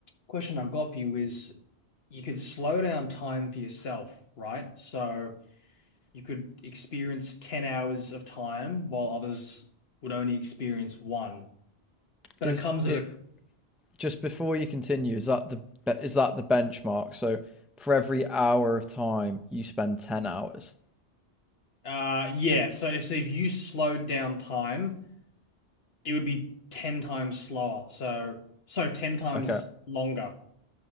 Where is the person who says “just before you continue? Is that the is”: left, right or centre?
Centre